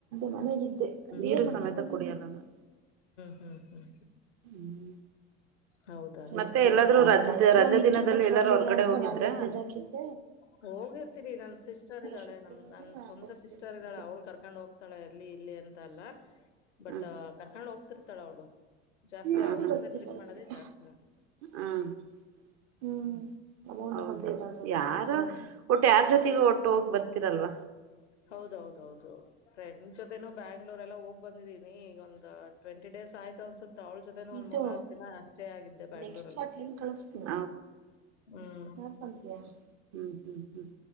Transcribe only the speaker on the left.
ಹ್ಮ್
ಹ್ಮ್ ಹ್ಮ್
ಹ್ಮ್ ಹ್ಮ್ ಹ್ಮ್
ಹೌದಾ
ಹೋಗಿರ್ತೀನಿ ನನ್ ಸಿಸ್ಟರ್ ಇದ್ದಾಳೆ
ನಮ್ ನನ್
ಸ್ವಂತ
ಸಿಸ್ಟರ್ ಇದ್ದಾಳೆ ಅವ್ಳು ಕರ್ಕೊಂಡ್ ಹೋಗ್ತಾಳೆ ಅಲ್ಲಿ ಇಲ್ಲಿ ಅಂತ ಅಲ್ಲ ಬಟ್
ಕರ್ಕೊಂಡ್ ಹೋಗ್ತಿರ್ತಾಳ ಅವಳು ಜಾಸ್ತಿ
ಅವ್ರ ಜೊತೆ ಟ್ರಿಪ್
ಮಾಡದೇ ಜಾಸ್ತಿ ನಾನು
ಹ್ಮ್
ಹೌದೌದೌದು ಫ್ರೆಂಡ್ ಜೊತೆನು ಬ್ಯಾಂಗ್ಳೂರ್ ಎಲ್ಲ ಹೋಗ್ ಬಂದಿದ್ದೀನಿ ಒಂದು ಟ್ವೆಂಟ ಡೇಸ್ ಆಯ್ತು ಅನ್ಸೆ ಅವಳ ಜೊತೆನ ಒಂದ್
ಮೂರ್ನಾಲ್ಕು ದಿನ ಅಷ್ಟೇ ಆಗಿದ್ದೆ ಬ್ಯಾಂಗ್ಳೂರಲ್ಲಿ
ಹ್ಮ್